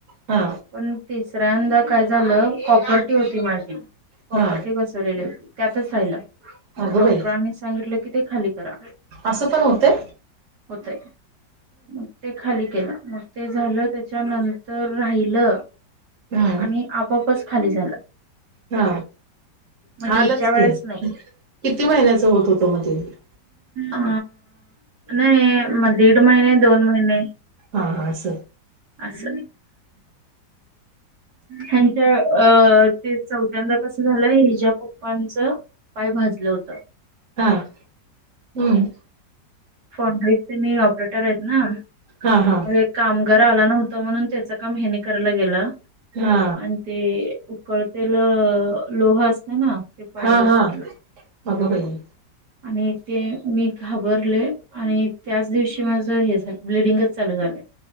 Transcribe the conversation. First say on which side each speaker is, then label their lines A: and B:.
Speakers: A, on the right; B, on the right.
A: हा
B: पण तिसऱ्यांदा.. काय झालं कॉपर्टी होती माझी कॉपर्टी
A: हा
B: बसरलेली होती त्यातच राहिल
A: अगं
B: डॉक्टरांनी
A: बाई
B: सांगितलं की ते खाली करा.
A: असं पण होतय
B: होतय मग ते खाली केलं मग ते झालं त्या.. त्याच्या नंतर राहिलं
A: हम्म
B: आणि आपपच खाली झालं.
A: हा
B: मग
A: हालच
B: याच्या वेळेस
A: कि
B: नाही
A: किती महिन्याच होत होत.. <inaudible>
B: अ नाही मग दीड महिने दोन महिने..
A: हां हां अस...
B: अस ह्याच्या.. अ ते चौथ्यांदा कसं झालंय ही ज्या पप्पांचं पाय भाजलं होतं.
A: हा हम्म...
B: फोन ड्रीपचे मी ऑपरेटर आहेत ना
A: हा हा
B: मग एक काम.. घर आला नव्हत म्हणून त्याच काम हेनी करायला गेलं
A: हा
B: आणि ते.. उकळतेल लोह असते ना... ते पायावरच
A: हा हा
B: पडलं
A: अगं बाई...
B: आणि ते मी घाबरले आणि त्याच दिवशी माझ हे झालं ब्लडिंगच चालू झालंय...